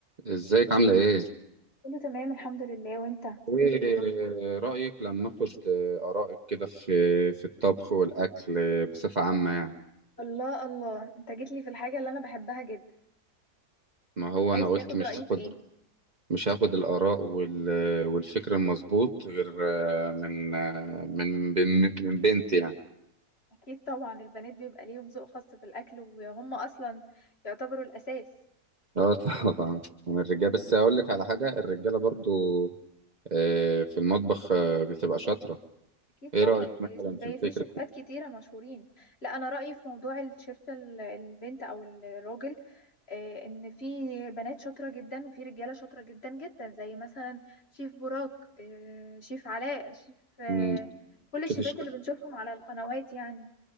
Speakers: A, on the right; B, on the left.
A: ازيك عاملة ايه؟
B: كله تمام الحمد لله وانت
A: ايه رأيك لما اخد آرائك كده في في الطبخ والأكل بصفة عامة يعني
B: الله الله انت جيت لي في الحاجة اللي انا بحبها جدا
A: ما هو
B: عايز
A: انا قلت
B: تاخد
A: مش
B: رأيي
A: هاخد
B: في ايه
A: مش هاخد الآراء وال والفكر المظبوط غير من من من من بنت يعني
B: اكيد طبعا البنات بيبقى ليهم ذوق خاص في الاكل وهم اصلا يعتبروا الاساس
A: اه <laughs> طبعا من الرجاله بس اقول لك على حاجة الرجالة برضو آه، في المطبخ آه، بتبقى شاطرة
B: اكيد
A: ايه
B: طبعا
A: رأيك مثلا
B: زي
A: في الفكرة
B: في شيفات
A: دي؟
B: كتيرة مشهورين لا انا رأيي في موضوع الشيف ال- البنت او الراجل آه، ان في بنات شاطرة جدا وفي رجالة شاطرة جدا جدا زي مثلا شيف براك آه، شيف علاء شيف آه،
A: مم،
B: كل الشيفات
A: شوفي الشيف
B: اللي بنشوفهم على القنوات يعني